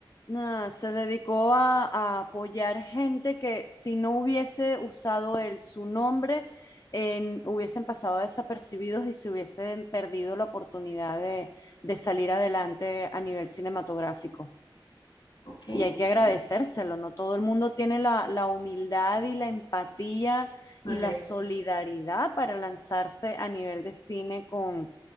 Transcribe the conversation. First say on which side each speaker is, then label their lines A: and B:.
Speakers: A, on the left; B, on the left.
A: Nah, se dedicó a, a apoyar gente que si no hubiese usado él su nombre, en- hubiesen pasado desapercibidos y se hubiesen perdido la oportunidad de, de salir adelante a nivel cinematográfico.
B: Ok,
A: y hay que
B: sí,
A: agradecérselo, ¿no? Todo el mundo tiene la, la humildad y la empatía
B: correcto.
A: y la solidaridad para lanzarse a nivel de cine con,